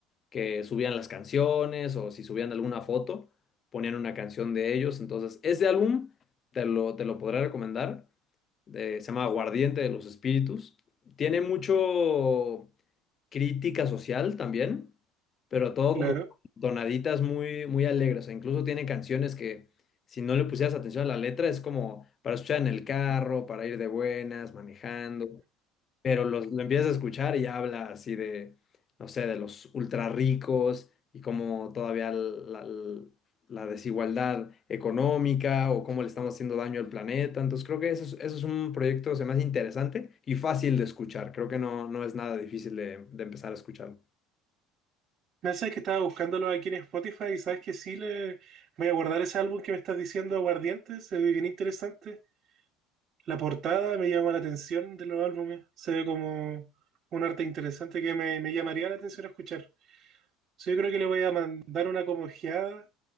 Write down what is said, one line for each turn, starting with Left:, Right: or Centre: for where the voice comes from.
Left: que subían las canciones o si subían alguna foto, ponían una canción de ellos. Entonces, ese álbum te lo, te lo podré recomendar. eh, se llama Aguardiente de los Espíritus. Tiene mucho crítica social también, pero todo
Right: Claro.
Left: como tonaditas muy, muy alegres. E incluso tiene canciones que si no le pusieras atención a la letra es como para escuchar en el carro, para ir de buenas, manejando pero los- lo empiezas a escuchar y habla así de, no sé, de los ultra ricos y cómo todavía la, la- desigualdad económica o cómo le estamos haciendo daño al planeta. Entonces creo que eso es, eso es un proyecto, se me hace interesante y fácil de escuchar. Creo que no, no es nada difícil de, de empezar a escuchar.
Right: Me sabes que estaba buscándolo aquí en Spotify y sabes que sí le voy a guardar ese álbum que me estás diciendo, Aguardientes, se ve bien interesante. La portada me llama la atención de los álbumes, se ve como un arte interesante que me, me llamaría la atención a escuchar. Sí, yo creo que le voy a mandar una como ojeada